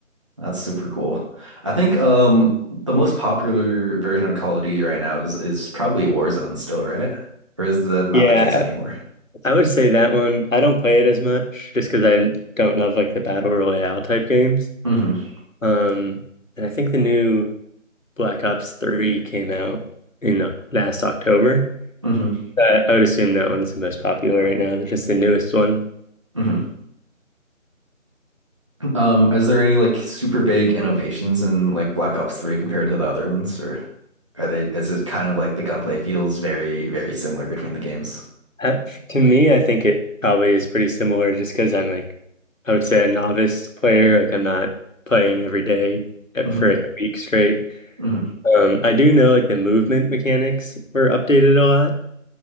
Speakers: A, on the right; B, on the left.
A: That's super cool. I think um the most popular version of Call of Duty right now is is probably Warzone still, right? Or is that not
B: Yeah,
A: the case anymore?
B: I would say that one. I don't play it as much just because I don't love like the battle royale type games.
A: hmm
B: Um, and I think the new Black Ops 3 came out in uh, last October.
A: hmm
B: Uh, I would assume that one's the most popular right now, just the newest one.
A: hmm Um, is there any like super big innovations in like Black Ops 3 compared to the other ones, or are they, is it kind of like the gunplay feels very, very similar between the games?
B: Uh, f- to me, I think it probably is pretty similar just because I'm like, I would say a novice player. Like, I'm not playing every day at-
A: hmm
B: for like a week straight.
A: hmm
B: Um, I do know like the movement mechanics were updated a lot.